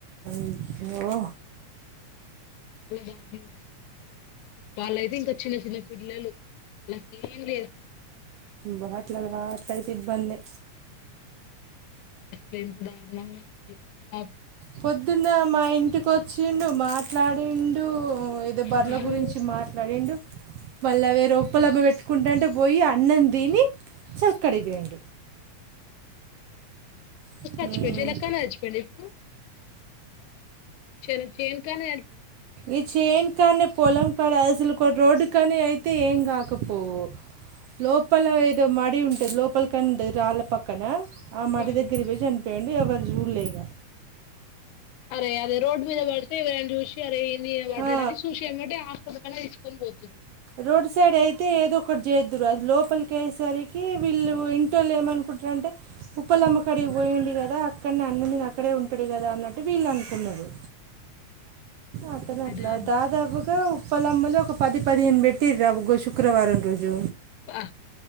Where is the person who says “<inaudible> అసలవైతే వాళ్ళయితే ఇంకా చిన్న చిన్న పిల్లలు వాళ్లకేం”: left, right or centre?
Left